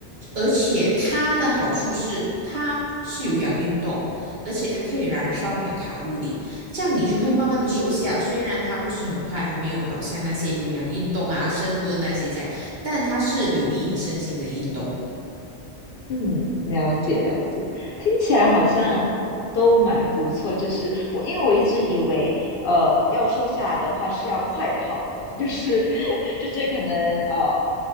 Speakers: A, on the right (about 45°); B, on the left (about 60°).
A: 而且它的好处是，它是有氧运动，而且它可以燃烧你的卡路里，这样你就会慢慢的瘦下。虽然它不是很快，还没有好像那些有氧运动啊、深蹲那些这样，但它是有益你身心的运动。
B: 嗯，了解了解，听起来好像都蛮不错。就是我，因为我一直以为，呃，要瘦下来的话是要快跑的，就是 <laughs> 就是可能呃，